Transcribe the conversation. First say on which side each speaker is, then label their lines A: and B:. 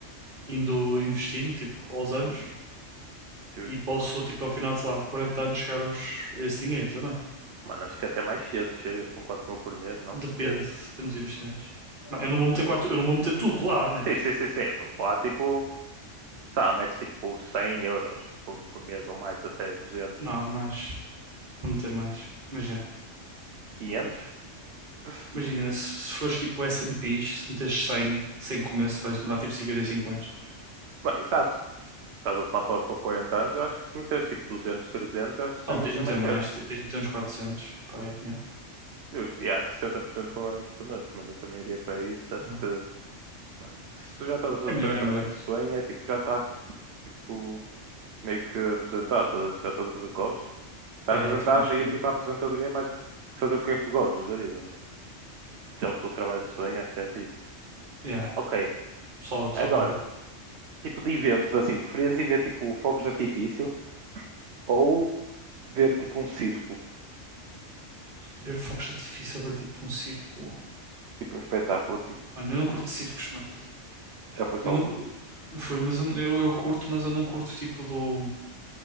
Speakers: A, on the right; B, on the right.
A: indo investindo, tipo, aos anos.
B: Uhum, justo.
A: E posso, tipo, ao final de, sei lá, 40 anos chegar aos, a esse dinheiro também.
B: Mano, acho que até mais cedo chegas com 4 mil por mês, não?
A: Depende, depende dos investimentos. Mas Eu não vou meter quatro, eu não vou meter tudo lá, né?
B: Sim, sim, sim, sim. Eu estou a falar tipo, sei lá, metes tipo 100 euros por, por mês ou mais, até 200
A: Nada mais. Vou meter mais. Mas já.
B: quinhentos <laughs>
A: Imagina, se, se fores tipo S&Ps, se meteres 100 sem começo, vais demorar tipo 55 anos.
B: Bem, exato. Estás a falar para para 40 anos, eu acho que se meteres tipo 200 300 eu acho que
A: Então,
B: sem
A: tens
B: deixar
A: de meter
B: mais
A: mais,
B: cedo.
A: te- tens de meter uns quatrocentos Pá, aí, yeah.
B: Justo. E há 60% concorda aqui connosco, mano. Eu também iria para isso. Acho
A: Não.
B: que, mano, se tu já estás a fazer
A: É
B: o
A: melhor,
B: teu trabalho
A: é melhor.
B: de sonho, é tipo, já estás tipo, meio que aposentado, tá já estás a fazer costas. Estar
A: Pá,
B: apresentado
A: yeah, também acho
B: e
A: que
B: ir
A: é melhor.
B: para a apresentadoria é mais que fazer o que é que tu gostas da vida. Se é o teu trabalho de sonho, acho que é fixe.
A: Yeah,
B: Ok,
A: pessoal, pessoal
B: agora,
A: concorda.
B: tipo de eventos assim, preferias ir ver tipo fogos de artifício ou ver tipo um circo,
A: Ver fogos de artifício ou ver tipo um circo.
B: tipo um espetáculo assim?
A: Mano, eu não curto circos, mano.
B: Já foste
A: Eu
B: a algum?
A: não, cu- foi, mas eu, eu eu curto, mas eu não curto tipo do,